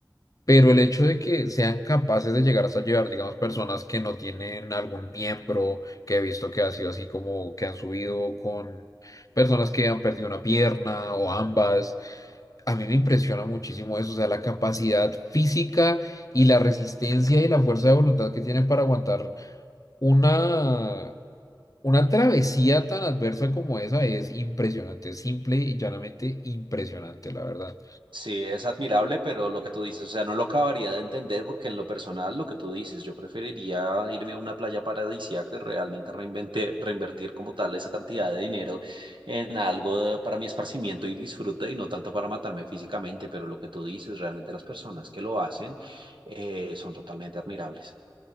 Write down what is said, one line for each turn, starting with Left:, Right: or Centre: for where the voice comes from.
Left: Pero el hecho de que sean capaces de llegar hasta llevar, digamos, personas que no tienen algún miembro, que he visto que ha sido así como que han subido con personas que han perdido una pierna o ambas, a mí me impresiona muchísimo eso, o sea, la capacidad física y la resistencia y la fuerza de voluntad que tienen para aguantar una, una travesía tan adversa como esa es impresionante, simple y llanamente impresionante, la verdad.
Right: Sí, es admirable, pero lo que tú dices, o sea, no lo acabaría de entender porque en lo personal, lo que tú dices, yo preferiría irme a una playa paradisíaca y realmente reinvente- reinvertir como tal esa cantidad de dinero en algo de- para mi esparcimiento y disfrute y no tanto para matarme físicamente, pero lo que tú dices, realmente las personas que lo hacen eh, son totalmente admirables.